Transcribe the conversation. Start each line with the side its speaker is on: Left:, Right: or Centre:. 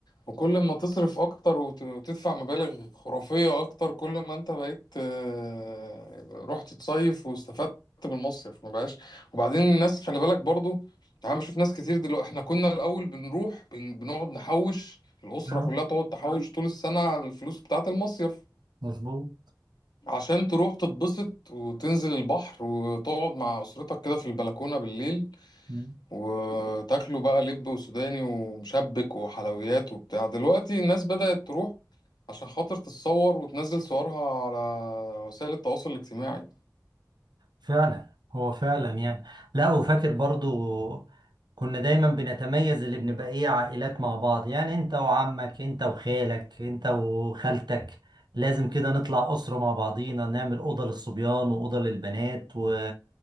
Left: وكل ما تصرف اكتر وت... وتدفع مبالغ خرافيه اكتر كل ما انت بقيت آه، رحت تصيف واستفدت بالمصيف ما بقاش وبعدين الناس خلي بالك برضو انا بشوف ناس كتير دلوقتي احنا كنا الاول بنروح بن... بنقعد نحوش الاسره
Right: آه،
Left: كلها تقعد تحوش طول السنه على الفلوس بتاعه المصيف
Right: مظبوط
Left: عشان تروح تتبسط وتنزل البحر وتقعد مع اسرتك كده في البلكونه بالليل
Right: مم.
Left: وتاكلوا بقى لب وسوداني ومشبك وحلويات وبتاع دلوقتي الناس بدأت تروح عشان خاطر تتصور وتنزل صورها على وسائل التواصل الاجتماعي
Right: فعلا هو فعلا يعني لا وفاكر برضو كنا دايما بنتميز اللي بنبقى ايه عائلات مع بعض يعني انت وعمك انت وخالك انت وخالتك لازم كده نطلع أسرة مع بعضينا نعمل أوضة للصبيان وأوضة للبنات و...